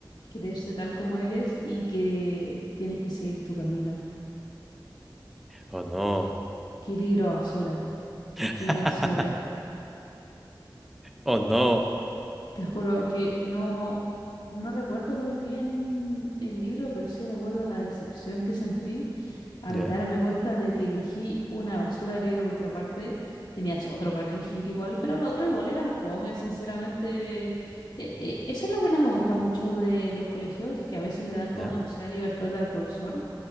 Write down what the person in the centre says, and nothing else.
Oh no.
<laughs>
Oh no.
¿Ya?
¿Ya?